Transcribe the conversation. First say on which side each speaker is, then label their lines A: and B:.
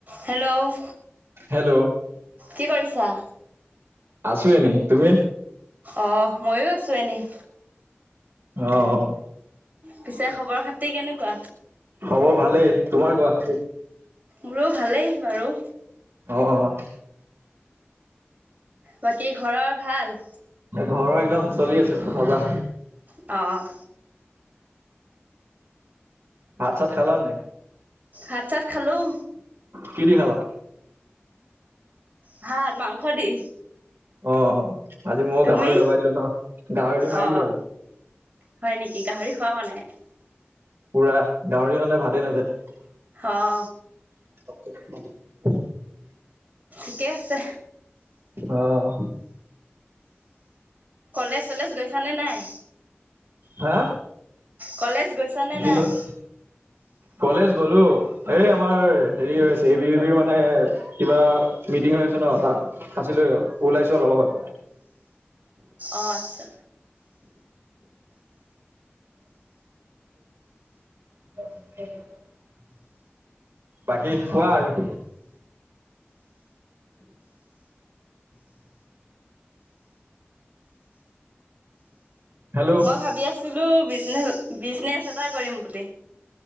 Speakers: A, on the right (about 40°); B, on the right (about 70°).
A: Hello,
B: hello
A: কি কৰিছা?
B: আছোঁ এনেই, তুমি?
A: অ', ময়ো আছোঁ এনেই।
B: অ'
A: পিছে খবৰ খাতি কেনেকুৱা
B: খবৰ ভালেই, তোমাৰ কোৱা।
A: মোৰো ভালেই বাৰু।
B: অ'
A: বাকী ঘৰৰ ভাল?
B: ঘৰৰ একদম চলি আছে, মজা।
A: অ',
B: ভাত চাত খালা নাই?
A: ভাত চাত খালোঁ।
B: কি দি খালা?
A: ভাত, মাংস দি।
B: অ' আজি মও
A: তুমি
B: গাহৰি ডবাই দিলোঁ ন, গাহৰি দি মাৰি
A: অঁ
B: দিলোঁ আজি।
A: হয়, নেকি গাহৰি খোৱা মানে।
B: পুৰা গাহৰি নহ'লে ভাতে নাযায়।
A: অঁ
B: <inaudible>
A: ঠিকে আছে।
B: অ',
A: কলেজ চলেজ গৈছানে নাই?
B: হা?
A: কলেজ গৈছানে
B: কি
A: নাই
B: ক' কলেজ গ'লো এই আমাৰ হেৰি হৈছে এ বি এ বি মানে কিবা মিটিং হৈ আছে ন' তাত আছিলো ওলাইছো অলপ আগত।
A: অঁ আচ্ছা
B: <inaudible> বাকী কোৱা আৰু। হেল্ল'
A: মই ভাবি আছিলো বিজনে বিজনেচ এটা কৰিম বুলি। <inaudible>